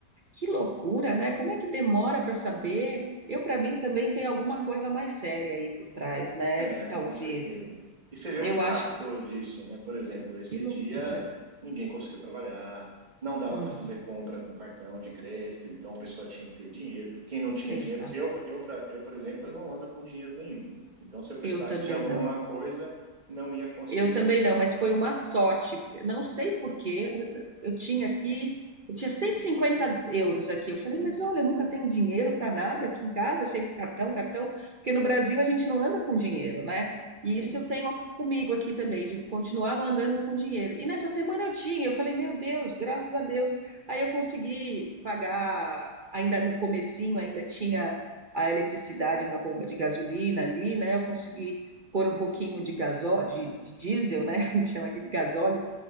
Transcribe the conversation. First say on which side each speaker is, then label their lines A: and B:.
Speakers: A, on the right; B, on the right.
A: Que loucura, né? Como é que demora para saber? Eu, para mim, também tem alguma coisa mais séria aí por trás, né?
B: É,
A: Talvez.
B: com certeza. E você vê o
A: Eu
B: impacto
A: acho que.
B: disso, né? Por exemplo, esse
A: Que loucura.
B: dia ninguém conseguiu trabalhar, não dava
A: Uhum,
B: para fazer compra com cartão de crédito, então a pessoa tinha que ter dinheiro. Quem não tinha
A: exato.
B: dinheiro, eu, eu, pra, eu, por exemplo, eu não ando com dinheiro nenhum. Então, se eu precisasse
A: Eu também
B: de alguma
A: não.
B: coisa, não ia conseguir.
A: Eu também não, mas foi uma sorte. porque- Não sei por quê, eu, eu tinha aqui, eu tinha 150 euros aqui. Eu falei, mas olha, eu nunca tenho dinheiro para nada aqui em casa, eu sempre cartão, cartão, porque no Brasil a gente não anda com dinheiro, né?
B: Sim.
A: E isso eu tenho comigo aqui também, de continuar não andando com dinheiro. E nessa semana eu tinha, eu falei, meu Deus, graças a Deus. Aí eu consegui pagar, ainda no comecinho, ainda tinha a eletricidade na bomba de gasolina ali, né? Eu consegui pôr um pouquinho de gasóleo, de, de, diesel, né? <laughs> chama aqui de gasóleo,